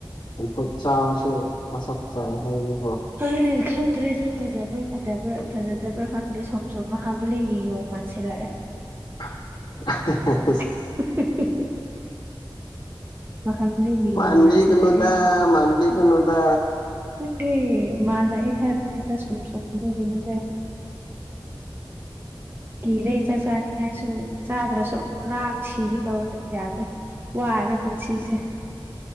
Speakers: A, on the left; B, on the right.
A: ꯆꯝꯐꯨꯠ ꯆꯥꯕꯁꯦ ꯃꯁꯛ <unintelligible> ꯍꯥꯏꯕꯅꯦꯀꯣ꯫
B: <unintelligible> ꯈꯪꯗ꯭ꯔꯦ ꯁꯛ ꯐꯖꯕ꯭ꯔ ꯐꯖꯕ꯭ꯔ ꯐꯖꯗꯕ꯭ꯔꯥ ꯈꯪꯗꯦ ꯁꯨꯝꯁꯨꯝ ꯃꯍꯥꯕꯂꯤꯒꯤ ꯌꯣꯡ ꯃꯥꯥꯟꯁꯤꯜꯂꯛꯑꯦ꯫ <unintelligible>
A: <unintelligible>
B: <unintelligible> ꯃꯍꯥꯕꯂꯤꯒꯤ
A: ꯃꯥꯟꯕꯤꯒꯅꯨꯗ
B: ꯌꯣꯡ ꯃꯥꯟꯁꯤꯜꯂꯛꯑꯦ
A: ꯃꯥꯟꯕꯤꯒꯅꯨꯗ
B: ꯈꯪꯗꯦ ꯃꯥꯂꯛꯑꯦ ꯍꯥꯏꯕꯅꯤꯗ ꯁꯨꯝ ꯁꯨꯝ ꯗꯨꯒꯤꯅꯤꯗ ꯀꯤꯔꯦ ꯆꯥꯛ ꯆꯥꯅꯤꯡꯉꯥꯏꯁꯨ ꯆꯥꯗ꯭ꯔꯁꯨ ꯑꯃꯨꯛ ꯂꯥꯃ ꯁꯤꯒꯦ ꯇꯧꯋꯦ ꯌꯥꯗꯦ꯫ ꯋꯥꯔꯦ ꯄꯨꯟꯁꯤꯖꯦ꯫